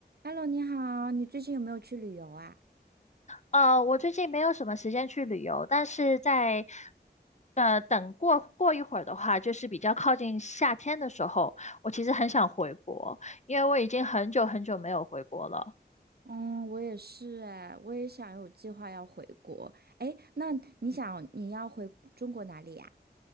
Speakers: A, on the right; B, on the left.
A: Hello，你好，你最近有没有去旅游啊？
B: 呃，我最近没有什么时间去旅游，但是在呃等过过一会儿的话，就是比较靠近夏天的时候，我其实很想回国，因为我已经很久很久没有回国了。
A: 嗯，我也是哎，我也想有计划要回国。哎，那你想你要回中国哪里呀？